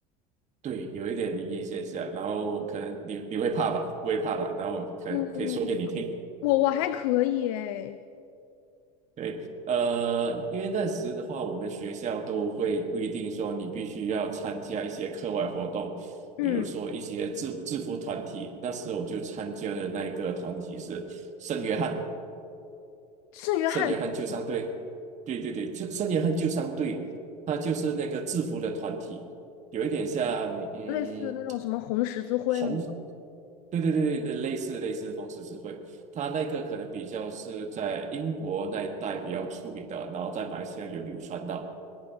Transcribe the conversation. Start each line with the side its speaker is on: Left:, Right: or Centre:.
Right: 对，有一点灵异现象，然后可能你你会怕吧，我也怕吧，然后可能可以说给你听。
Left: 嗯，我我还可以哎，
Right: 对，呃，因为那时的话，我们学校都会规定说，你必须要参加一些课外活动，
Left: 嗯，
Right: 比如说一些制制服团体。那时候我就参加的那一个团体是圣约翰，
Left: 圣约翰是什么
Right: 圣约翰救伤队。对对对，就圣约翰救伤队，它就是那个制服的团体，有一点像嗯
Left: 类似那种什么红十字会吗？
Right: 红，对对对对对，类似类似红十字会。它那个可能比较是在英国那一带比较出名的，然后在马来西亚有流传到。